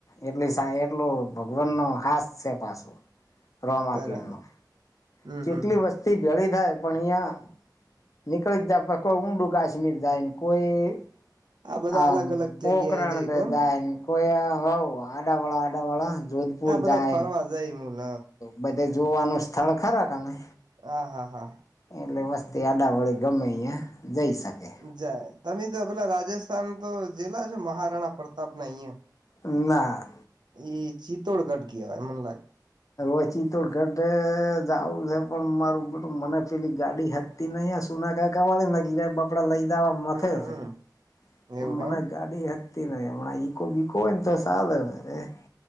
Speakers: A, on the left; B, on the right.
A: એમ એટલે ભગવાન નો હાસ છે પાછું રોમાપીર
B: બરાબર
A: નો
B: હમ
A: કેટલી
B: હમ
A: વસ્તી ભેળી થાય પણ અહિયાં નીકળી જ જાય કોઈ ઊંડું કાશમીર જાય ને કોઈ
B: આ બધા
A: હ
B: અલગ અલગ
A: પોખરણ
B: જગ્યાએ જઈ કોણ
A: જાય કોઈ હ આડાવાળા આડાવાળા. જોધપુર
B: આ બધા
A: જાય
B: ફરવા જાય મુલ
A: બધે જોવાનું સ્થળ ખરાખને.
B: હા હા હા.
A: એટલે વસ્તી આડા વડે ગમે અહીયા જઈ શકે.
B: જાય તમે તો પેલા રાજસ્થાન તો જિલ્લા છે મહારાણા પ્રતાપ ના અહિયાં?
A: ના
B: એ ચિત્તોડગઢ કેવાય મને લાગે.
A: ઓચી તોડ ઘટે જું છે પણ મારું બટું મને પેલી ગાડી હતી નહી સુના ક કવા ની બપડા લઈ. પદાવા
B: હમ
A: નથી હશે
B: હમ
A: પણ
B: એવું
A: મને
B: હે
A: ગાડી ન હમણાં ઈકો બીકો હોયને તો સાલે એમ.